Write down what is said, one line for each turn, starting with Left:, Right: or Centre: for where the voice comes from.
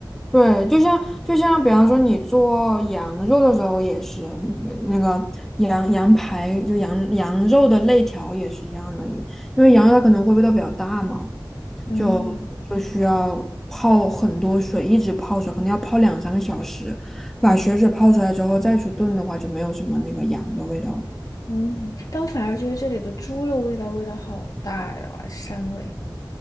Centre: 对，就像就像比方说你做羊肉的时候也是，嗯那个羊羊排就羊羊肉的肋条也是一样的，因为羊肉它可能会味道比较大嘛，
Left: 嗯
Centre: 就就需要泡很多水，一直泡水，可能要泡两三个小时，把血水泡出来之后再去炖的话，就没有什么那个羊的味道了。
Left: 嗯，但我反而觉得这里的猪肉味道味道好大呀，膻味。